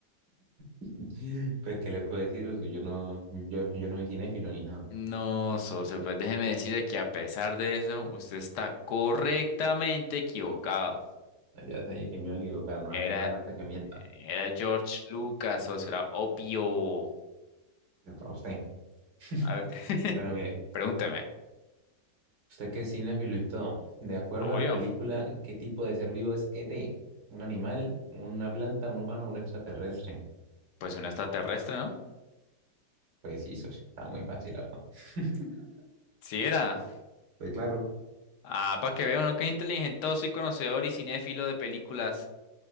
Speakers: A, on the right (about 80°); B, on the left (about 75°).
A: <laughs> Pues, ¿qué le puedo decir? socio? Yo no, yo, yo no soy cinéfilo ni nada.
B: No, socio, pues déjeme decirle que a pesar de eso, usted está correctamente equivocado.
A: Ya sabía que me iba a equivocar, no,
B: Era,
A: hace- no hace falta que mienta.
B: era George Lucas, socio, era obvio.
A: Es para usted. <laughs>
B: A ver, <laughs>
A: Bueno, mire.
B: pregúnteme.
A: Usted que es cinéfilo y todo, de acuerdo
B: Obvio,
A: a la película, ¿qué tipo de ser vivo es ET? ¿Un animal, una planta, un humano, un extraterrestre?
B: pues un extraterrestre, ¿no?
A: Pues sí, socio, estaba muy fácil, la verdad. <laughs>
B: Sí era.
A: Pues claro.
B: Ah, para que vea uno que es inteligentoso y conocedor y cinéfilo de películas.